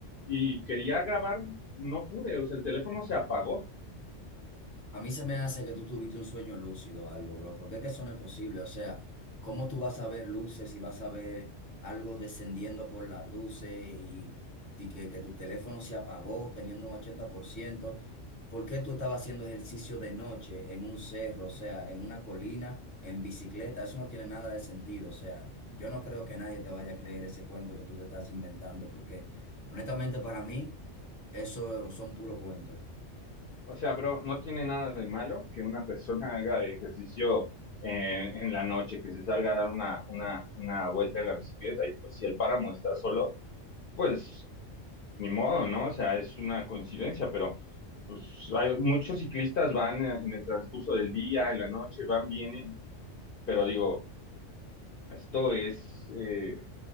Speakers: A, on the left (about 55°); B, on the left (about 15°).
A: y quería grabar, no pude, o sea, el teléfono se apagó.
B: A mí se me hace que tú tuviste un sueño lúcido o algo, bro, porque es que eso no es posible. O sea, ¿cómo tú vas a ver luces y vas a ver algo descendiendo por las luces y, y que, que tu teléfono se apagó teniendo un 80%? ¿Por ciento? ¿Por qué tú estabas haciendo ejercicio de noche en un cerro, o sea, en una colina, en bicicleta? Eso no tiene nada de sentido. O sea, yo no creo que nadie te vaya a creer ese cuento que tú te estás inventando, porque honestamente para mí eso son puros cuentos.
A: O sea, bro, no tiene nada de malo que una persona <laughs> haga ejercicio en, en la noche, que se salga a dar una, una, una vuelta en la bicicleta y pues si el páramo está solo, pues ni modo, ¿no? O sea, es una coincidencia, pero pues hay muchos ciclistas van en en el transcurso del día, en la noche, van, vienen, pero digo... Esto es, eh,